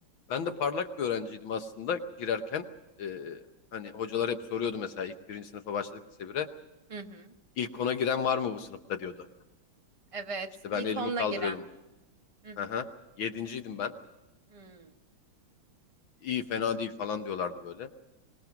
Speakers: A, on the left; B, on the right.
A: Ben de parlak bir öğrenciydim aslında girerken. Ee, hani hocalar hep soruyordu mesela ilk birinci sınıfa başladık lise 1'e.
B: hı hı.
A: İlk ona giren var mı bu sınıfta diyordu.
B: Evet,
A: İşte
B: ilk
A: ben elimi
B: onla
A: kaldırıyordum.
B: giren. Hı hı.
A: Aha, yedinciydim ben.
B: Hmm.
A: İyi fena değil falan diyorlardı böyle.